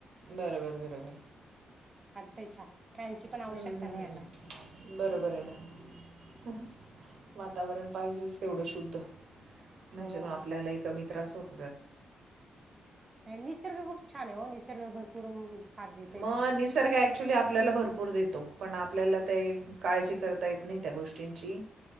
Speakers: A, on the right; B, on the right.
A: बरोबर बरोबर
B: त्याच्या काहीची पण आवश्यकता
A: हं, हं,
B: नाही
A: हं.
B: आता
A: बरोबर आहे ना वातावरण पाहिजेच तेवढं शुद्ध म्हणजे
B: हो
A: मग आपल्यालाही कमी त्रास होत
B: निसर्ग खूप छान आहे हो निसर्ग भरपूर साथ देते
A: मग
B: छान
A: निसर्ग ऍक्च्युली आपल्याला भरपूर देतो पण आपल्याला ते काळजी करता येत नाही त्या गोष्टींची